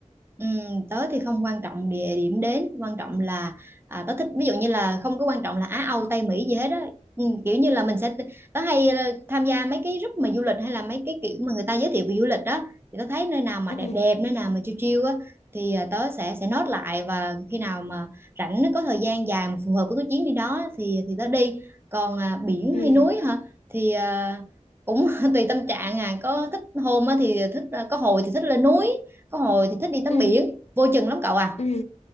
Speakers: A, on the right; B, on the left.
A: Ừm, tớ thì không quan trọng địa điểm đến quan trọng là à, tớ thích ví dụ như là không có quan trọng là Á Âu Tây Mỹ gì hết á Ừm, kiểu như là mình
B: ừ
A: sẽ tớ hay ờ, tham gia mấy cái group mà du lịch hay là mấy cái kiểu mà người ta giới thiệu về du lịch đó thì tớ thấy nơi nào mà
B: ừ
A: đẹp đẹp nơi nào mà chill chill á thì à, tớ sẽ sẽ note lại và khi nào mà rảnh có thời gian dài mà phù hợp với cái chuyến đi đó thì thì tớ đi còn à, biển
B: ừ
A: hay núi hả thì à, cũng <laughs> tùy tâm trạng à có thích hôm á thì thích à, có hồi thì thích lên núi có hồi thì thích đi tắm
B: ừ
A: biển, vô chừng lắm cậu à.
B: ừm,